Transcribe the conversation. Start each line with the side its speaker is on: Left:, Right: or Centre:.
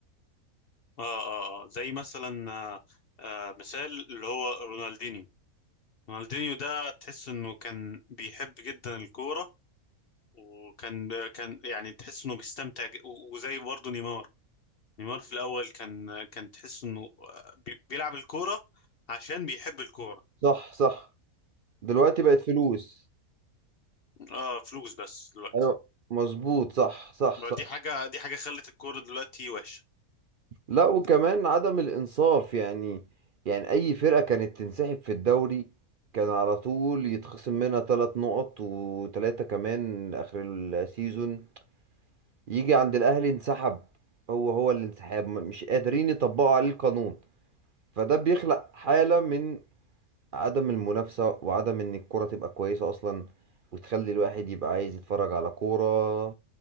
Left: اه اه آه. زي مثلا آه، آه، مثال اللي هو رونالدينيو رونالدينيو ده تحس انه كان بيحب جدا الكورة وكان كان يعني تحس انه بيستمتع ج- و- وزي برضه نيمار نيمار في الاول كان كان تحس انه بي- بيلعب الكورة عشان بيحب الكورة
Right: صح صح دلوقتي بقت فلوس
Left: اه فلوس بس دلوقتي
Right: ايوه مظبوط صح صح
Left: بقى
Right: صح
Left: دي حاجة دي حاجة خلت الكورة دلوقتي وحشة
Right: لا وكمان عدم الانصاف يعني يعني اي فرقة كانت تنسحب في الدوري كان على طول يتخصم منها ثلاث نقط وثلاثة كمان اخر السيزون يجي عند الاهلي انسحب هو هو الانسحاب م- مش قادرين يطبقوا عليه القانون فده بيخلق حالة من عدم المنافسة وعدم ان الكرة تبقى كويسة اصلا وتخلي الواحد يبقى عايز يتفرج على كورة